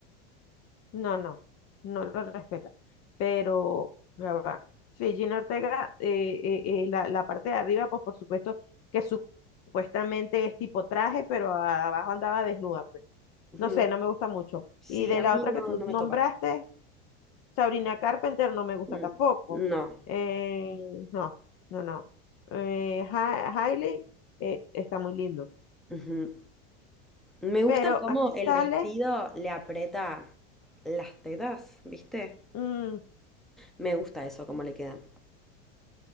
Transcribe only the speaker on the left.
No, no, no lo respeta. Pero, ya va. Regina Ortega, eh, eh, eh, la, la parte de arriba, pues por supuesto que su- supuestamente es tipo traje, pero a- abajo andaba desnuda, pues.
No sé, no me gusta mucho.
Y de
la
otra
que tú
nombraste,
Sabrina Carpenter, no me gusta
tampoco.
Eh, no, no, no. Eh, Ha- Hailey, eh, está muy lindo.
Pero
aquí
sale.
mm,